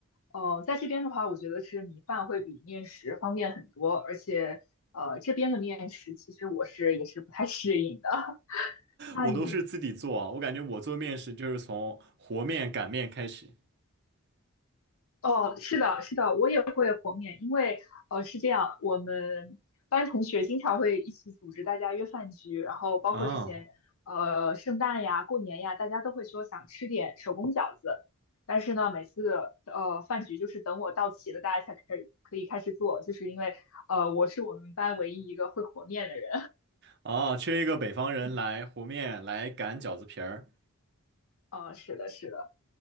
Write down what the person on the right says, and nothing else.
我都是自己做啊，我感觉我做面食就是从和面、擀面开始。
啊
啊，缺一个北方人来和面，来擀饺子皮儿。